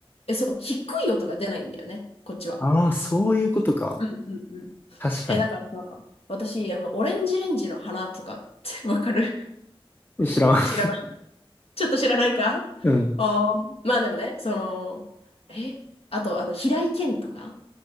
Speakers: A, on the left; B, on the left.
A: え、そう、低い音が出ないんだよね、こっちは。
B: ああー、そういうことか。
A: うんうんうん。
B: 確かに。
A: え、だからさ、私、あの、オレンジレンジの花とかってわかる <laughs>
B: 知らん。<laughs>
A: 知らない。ちょっと知らないかあー、
B: うん。
A: まあでもね、その、え、あと、あの、平井堅とか、